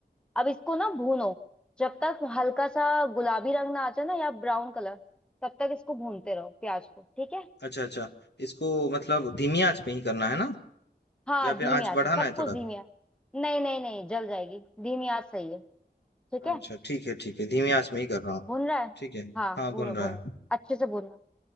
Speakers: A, in the centre; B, on the left.
A: अब इसको ना भूनो जब तक हल्का सा गुलाबी रंग ना आ जाए ना या ब्राउन कलर तब तक इसको भूनते रहो प्याज को ठीक है
B: अच्छा अच्छा इसको मतलब धीमी आंच पे ही करना है ना
A: हाँ
B: या फिर
A: धीमी
B: आँच
A: आंच
B: बढ़ाना
A: पे सब
B: है
A: कुछ
B: थोड़ा?
A: धीमी आंच नहीं नहीं नहीं जल जाएगी धीमी आंच सही है ठीक है
B: अच्छा, ठीक है, ठीक है, धीमी आँच में ही कर रहा हूँ।
A: भून रहा है
B: ठीक है,
A: हाँ
B: हाँ,
A: भूनो
B: भून रहा
A: भूनो
B: है।
A: अच्छे से भूनना